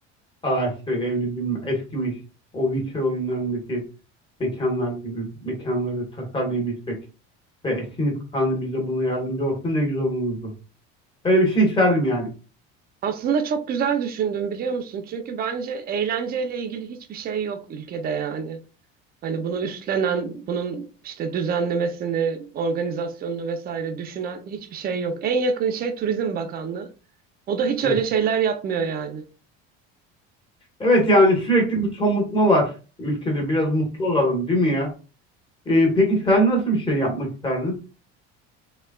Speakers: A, on the left; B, on the right.
A: ağaçlı evli bilmem eskimiş o Witcher oyunlarındaki mekanlar gibi mekanları tasarlayabilsek. ve eski nişanlı bize buna yardımcı olsa ne güzel olurdu. Öyle bir şey isterdim yani.
B: Aslında çok güzel düşündüm biliyor musun? Çünkü bence eğlenceyle ilgili hiçbir şey yok ülkede yani. Hani bunu üstlenen, bunun işte düzenlemesini, organizasyonunu vesaire düşünen hiçbir şey yok. En yakın şey Turizm Bakanlığı. O da hiç
A: Evet.
B: öyle şeyler yapmıyor yani.
A: Evet yani sürekli bir somutma var ülkede. Biraz mutlu olalım değil mi ya? Ee, peki sen nasıl bir şey yapmak isterdin?